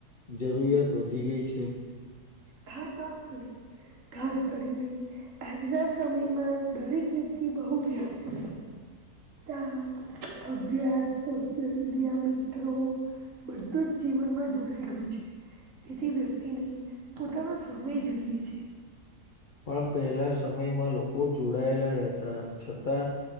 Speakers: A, on the left; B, on the right.
A: જરૂરિયાત વધી ગઈ છે.
B: હા, ચોક્કસ ખાસ કરીને આજના સમયમાં દરેક વ્યક્તિ બહુ વ્યસ્ત છે. કામ, અભ્યાસ, સોશિયલ મીડિયા, મિત્રો બધું જ જીવનમાં જોડાઈ ગયું છે, તેથી વ્યક્તિ નહીં પોતાનો સમય જોઈએ છે.
A: પણ પહેલા સમયમાં લોકો જોડાયેલા રહેતા છતાં